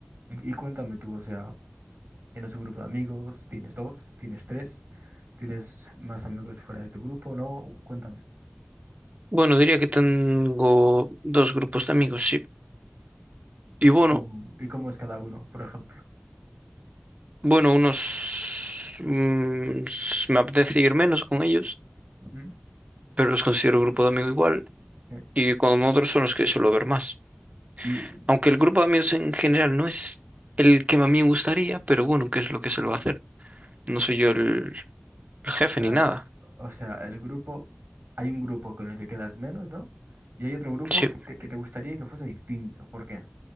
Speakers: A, on the right (about 65°); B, on the right (about 35°).
A: Y, y cuéntame tú, o sea, ¿tienes un grupo de amigos? ¿Tienes dos? ¿Tienes tres? ¿Tienes más amigos fuera de tu grupo? No, cuéntame.
B: Bueno, diría que tengo dos grupos de amigos, sí. Y bueno,
A: ¿Cómo- y cómo es cada uno, por ejemplo?
B: bueno, unos mm, s- me apetece ir menos con ellos,
A: ¿Mm?
B: pero los considero grupo de amigos igual.
A: Eh,
B: Y con otros son los que suelo ver más.
A: ¿Y,
B: Aunque el grupo de amigos en general no es el que a mí me gustaría, pero bueno, ¿qué es lo que se lo va a hacer? No soy yo el, el jefe
A: La-
B: ni nada.
A: o sea, el grupo, hay un grupo con el que quedas menos, ¿no? Y hay otro grupo
B: Sí,
A: que te, que te gustaría que fuese distinto. ¿Por qué?